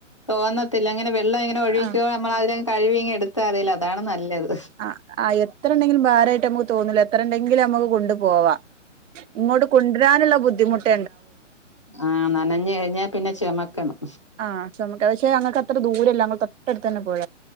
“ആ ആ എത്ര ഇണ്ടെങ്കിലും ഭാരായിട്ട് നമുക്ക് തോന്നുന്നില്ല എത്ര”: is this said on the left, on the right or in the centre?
Right